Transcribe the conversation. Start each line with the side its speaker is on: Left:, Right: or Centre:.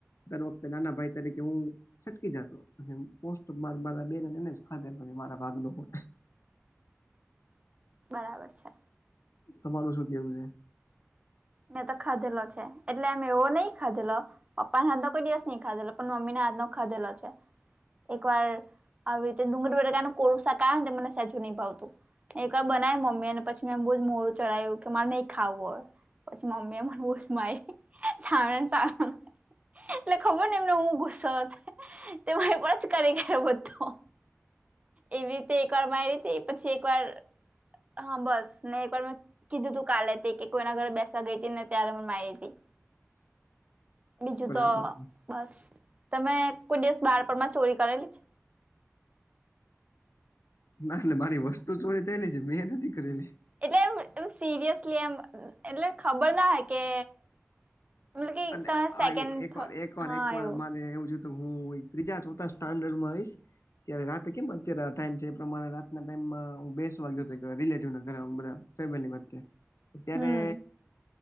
Left: દર વખતે નાના ભાઈ તરીકે હું છટકી જાતોસ્ટ મારા બેન એને જ ખાધેલો છે મારા ભાગનો પણ.
Right: બરાબર છે.
Left: તમારું શું કેવું છે?
Right: મેં તો ખાધેલો છે, એટલે અ એવો નહીં ખાધેલો. પપ્પા હાથનો કોઈ દિવસ નહિં ખાધેલો પણ મમ્મી હાથનો ખાધેલો છે. એકવાર આવી રીતે ડુંગળ વેર કોરુસા કારણ મને સહેજું નહીં ભાવતું. એકવાર બનાવી મમ્મી અને પછી મેં એમ બહુ જ મોડું ચડાયું કે મારે નહીં ખાવું હોય. પછી મમ્મી બુચ શું મારી. <unintelligible> એટલે ખબર ને એમને હું ગુસ્સો હસે, તેમારે પણ જ કરી ગર બધો. એવી રીતે એકવાર મારી રીતે પછી એકવાર હા બસ ને એકવાર મેં કીધું તું કાલે હતી, કે કોઈના ઘરે બેસવા ગઈ હતી ને ત્યારે મને માહી હતી.
Left: <inaudible>
Right: બીજું
Left: બરાબર
Right: તો
Left: છે
Right: બસ તમે કોઈ દિવસ બાળપણમાં ચોરી કરેલી છે?
Left: ના એટલે મારી વસ્તુ ચોરી થયેલી છે મેં નથી કરેલી.
Right: એટલે એમ એમ સિરિયસલી એમ એટલે ખબર ના હોય કે મતલબ કે
Left: અને
Right: તમે સેકન્ડ
Left: આ એકવાર
Right: થ
Left: એકવાર
Right: હા
Left: એકવાર
Right: એવું
Left: મારે એવું હું ત્રીજા ચોથા સ્ટાન્ડર્ડમાં રઈશ. ત્યારે રાતે કેમ અત્યારે ટાઈમ છે, એ પ્રમાણે રાતના ટાઈમમાં હ બેસ વાગ્યો હતો રિલેટિવ ઘરે બધા. ફેબની વચે, ત્યારે
Right: હમ